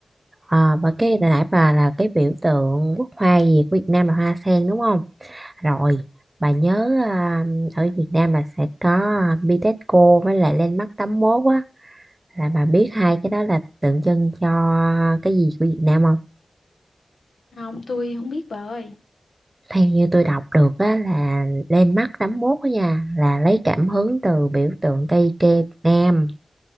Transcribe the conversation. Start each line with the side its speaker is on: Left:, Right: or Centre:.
Right: ờ, và cái hồi nãy bà là cái biểu tượng quốc hoa gì của Việt Nam là hoa sen đúng không rồi bà nhớ à, ở Việt Nam là sẽ có Bitexco với lại Landmark 81 á là bà biết hai cái đó là tượng trưng cho cái gì của Việt Nam không
Left: Không, tôi không biết bà ơi.
Right: theo như tôi đọc được á, là lên mắt tám mốt á nha là lấy cảm hứng từ biểu tượng cây tre Việt Nam